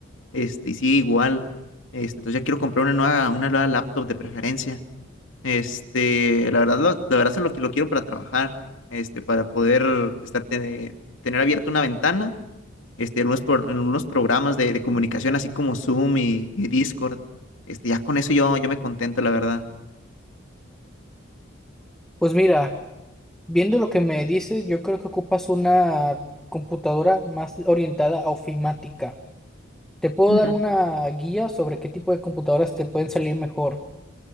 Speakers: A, on the left; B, in the centre.
A: Este, y sigue igual. Este, entonces ya quiero comprar una nueva, una nueva laptop de preferencia. Este, la verdad, lo- la verdad es lo que lo quiero para trabajar. Este, para poder estar, te- tener abierta una ventana este, en unos, pro- en unos programas de, de comunicación, así como Zoom y, y Discord. Este, ya con eso yo, yo me contento, la verdad.
B: Pues mira, viendo lo que me dices, yo creo que ocupas una computadora más orientada a ofimática. Te puedo
A: Ujú,
B: dar una guía sobre qué tipo de computadoras te pueden salir mejor.